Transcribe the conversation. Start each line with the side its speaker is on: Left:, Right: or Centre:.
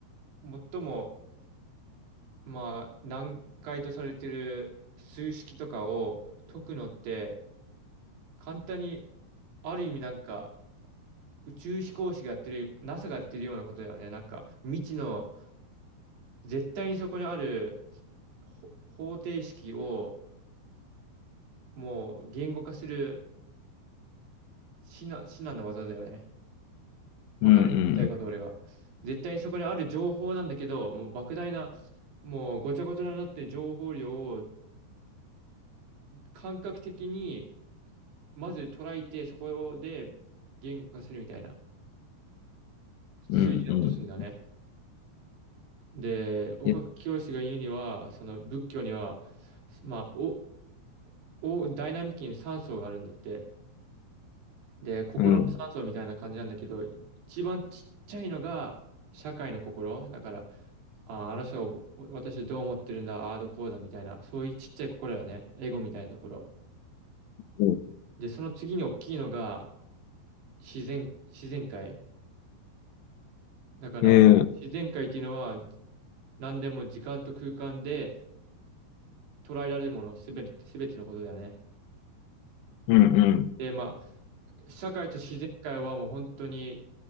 Right: 最も、まあ、難解とされてる数式とかを解くのって、簡単に、ある意味なんか、宇宙飛行士がやってる、NASA がやってるようなことだよね。なんか、未知の、絶対にそこにあるほ方程式を、もう言語化する至難、至難の技だよね。わかる言いたいこと、
Left: うん。
Right: 俺が。絶対にそこにある情報なんだけど、もう莫大な、もうごちゃごちゃになってる情報量を感覚的に、まず捉えて、そこで言語化するみたいな、数字で落とすんだね。
Left: うんうん。うんうん。
Right: で、岡清が言うには、
Left: いや
Right: その仏教には、まあ、お、お、ダイナミックに3層があるんだって。で、心の3層みたいな感じなんだけど、
Left: うん。
Right: い一番ちっちゃいのが社会の心。だから、あー、あの人を、お私どう思ってるんだ、ああーどうこうだみたいな、そういうちっちゃい心だね。エゴみたいなところ。
Left: うん
Right: で、その次に大きいのが自然、自然界。だから、
Left: えー
Right: 自然界っていうのは何でも時間と空間で捉えられるものすべて、すべてのことだよね。
Left: うんうん。
Right: で、まあ、社会と自然界はもう本当に